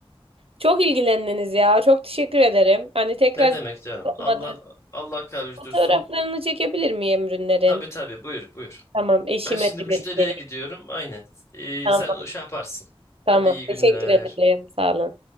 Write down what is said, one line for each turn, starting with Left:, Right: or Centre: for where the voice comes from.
Right: Çok ilgilendiniz ya. Çok teşekkür ederim. Hani tekrar
Left: Ne demek canım?
Right: olmadı.
Left: Allah Allah kavuştursun.
Right: Fotoğraflarını çekebilir miyim ürünlerin?
Left: Tabii tabii buyur buyur.
Right: Tamam, eşime
Left: Ben şimdi
Right: de
Left: müşteriye
Right: göstereyim.
Left: gidiyorum. Aynen. Ee,
Right: Tamam,
Left: sen şey yaparsın.
Right: tamam.
Left: Hadi iyi günler.
Right: Teşekkür ederim. Sağ olun.